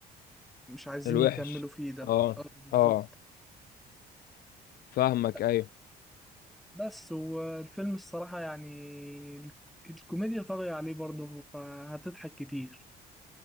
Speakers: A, in the centre; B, on the left.
A: مش عايزين
B: الوحش
A: يكملوا فيه ده
B: اه
A: اه بالظبط
B: اه فاهمك
A: ب-
B: ايوه
A: بس والفيلم الصراحة يعني ال- الكوميديا طاغية عليه برضه فهتضحك كتير